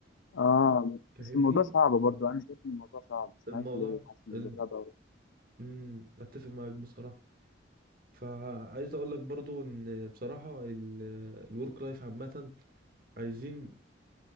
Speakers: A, on the left; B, on the right.
A: اه
B: فاهمني
A: بس الموضوع صعب برضو انا شايف ان الموضوع صعب مش
B: الموضوع
A: عارف ليه حاسس ان
B: ال...
A: الموضوع صعب أوي.
B: مم، اتفق معاك بصراحة فعايز اقول لك برضو ان بصراحة الورك لايف عامة عايزين